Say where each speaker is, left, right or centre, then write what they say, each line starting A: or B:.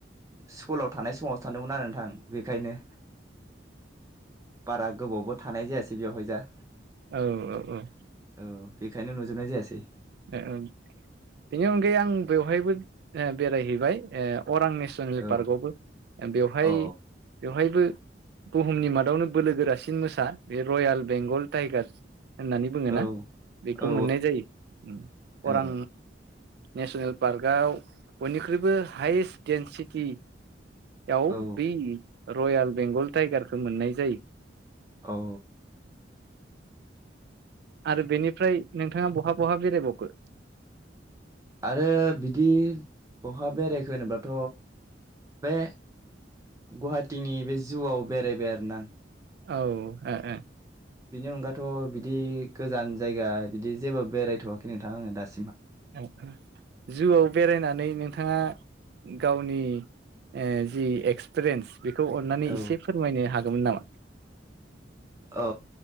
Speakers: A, on the right; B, on the right.
A: स्कुलाव थानाय समावसो सानदोंमोन आरो नोंथां बेखायनो, बारा गोबावबो थानाय जायासै बेवहाय जा,
B: औ औ औ
A: औ बेखायनो नुजोबनाय जायासै,
B: ओ ओ बेनि अनगायै आं बेवहायबो बेरायहैबाय ओ अरां नेसनेल
A: औ
B: पार्क आवबो बेवहाय
A: औ
B: बेवहायबो, बुहुमनि मादावनो बोलो गोरासिन मोसा बे रयाल बेंगल टाइगार, होननानै बुङोना
A: औ
B: बेखौ
A: औ
B: मोननाय जायो
A: औ
B: अरां नेसनेल पार्कआव बयनिख्रुइबो हायेस्ट डेन्सिटि याव
A: औ
B: बै रयाल बेंगल टाइगारखौ मोननाय जायो।
A: औ
B: आरो बेनिफ्राय नोंथांङा बहा बहा बेरायबावखो?
A: आरो बिदि बहा बेरायखो होनोब्लाथ' बे गुवाहाटिनि बे जुआव बेरायबाय आरोना,
B: औ ओ ओ
A: बिनि अनगाथ' बिदि गोजान जायगा बिदि जेबो बेरायथ'वाखै नोंथां आङो दासि
B: ओ जुआव बेरायनानै नों थाङा गावनि ओ जि एक्सपिरियेन्स, बेखौ अननानै
A: औ
B: इसे फोरमायनो हागोमोन नामा?
A: औ